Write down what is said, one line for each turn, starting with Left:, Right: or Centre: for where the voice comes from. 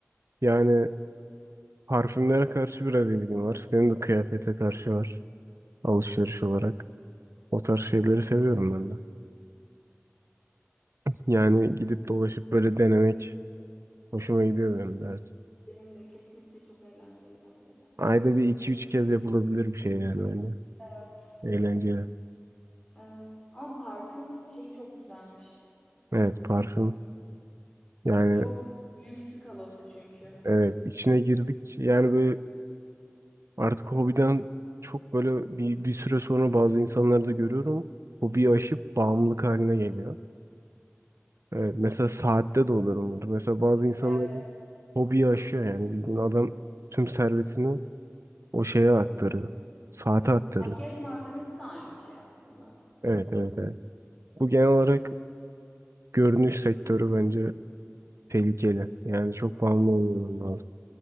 Right: yani parfümlere karşı biraz ilgim var. Benim de kıyafete karşı var. Alışveriş olarak. O tarz şeyleri seviyorum ben de. Yani gidip dolaşıp böyle denemek Hoşuma gidiyor benim de, evet.
Left: Benim de kesinlikle çok eğlenceli bence de.
Right: Ayda bir iki üç kez yapılabilir bir şey yani bence.
Left: Evet.
Right: Eğlenceli.
Left: Evet. Ama parfüm şeyi çok güzelmiş.
Right: Evet parfüm. Yani
Left: Çok büyük skalası çünkü.
Right: evet içine girdik. Yani böyle artık hobiden çok böyle bir, bir süre sonra bazı insanları da görüyorum. Hobiyi aşıp bağımlılık haline geliyor. Evet mesela saatte de olur umarım. Mesela bazı insanların
Left: Evet.
Right: hobiyi aşıyor yani bildiğin adam tüm servetini o şeye aktarıyor. Saate aktarıyor.
Left: Makyaj malzemesi de aynı şey aslında.
Right: Evet evet evet. Bu genel olarak görünüş sektörü bence Tehlikeli. Yani çok bağımlı olmaman lazım.